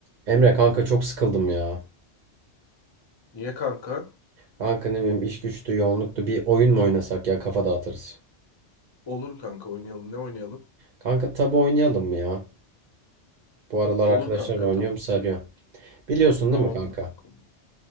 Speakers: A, on the right; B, on the left.
A: Emre kanka çok sıkıldım ya.
B: Niye kanka?
A: Kanka ne bileyim iş güçtü, yoğunluktu. Bir oyun mu oynasak ya kafa dağıtırız.
B: Olur kanka oynayalım. Ne oynayalım?
A: Kanka tabu oynayalım mı ya? Bu aralar
B: Olur
A: arkadaşlarla
B: kanka
A: oynuyorum
B: tavuk.
A: sarıyor. Biliyorsun
B: Tamamdır
A: değil mi kanka?
B: kanka olur.